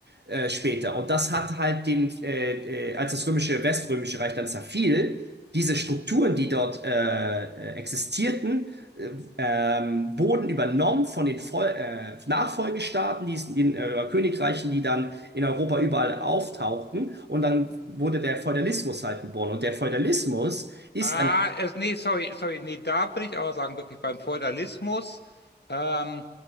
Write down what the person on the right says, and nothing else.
äh, später. Und das hat halt den, äh, äh, als das römische, weströmische Reich dann zerfiel, diese Strukturen, die dort äh, äh, existierten, äh, ähm, wurden übernommen von den Vol äh, Nachfolgestaaten, die, es- den äh, Königreichen, die dann in Europa überall auftauchten. Und dann wurde der Feudalismus halt geboren. Und der Feudalismus ist
ein